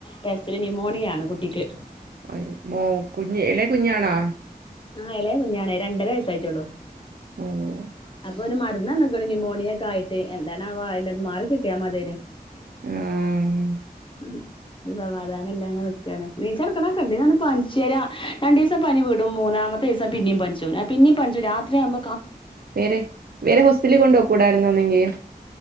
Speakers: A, on the left; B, on the right.
A: ടെസ്റ്റില് ന്യൂമോണിയ ആണ് കുട്ടിക്ക്.
B: അയ്യോ മോൻ കുഞ്ഞ് എളേ കുഞ്ഞാണോ?
A: ആ എളയ കുഞ്ഞാണേ രണ്ടര വയസ്സായിട്ടുള്ളു.
B: ഉം
A: അപ്പൊ ഒരു മരുന്ന്ന്നേക്കാണ് ന്യുമോണിയ ഒക്കെ ആയിട്ട്, എന്താണാവോ ആ യിന്റത് മാറി കിട്ടിയാ മതേന്.
B: ആഹ്
A: ഉം <unintelligible> അതുകാനം എല്ലാം ഇങ്ങനെ നിക്കാണ് നീച്ചടക്കണ കണ്ടഞ്ഞാല് പനിച്ചേരാ രണ്ടീസം പനി വിടും മൂന്നാമത്തെ ദിവസം പിന്നെ ന്നെ പനിച്ചുവരും ആ പിന്നീ പനിച്ചുവരും രാത്രിയാമ്പ
B: വേറെ വേറെ ഹോസ്പിറ്റലിൽ കൊണ്ട് പൊക്കൂടാരുന്നോന്നെങ്കി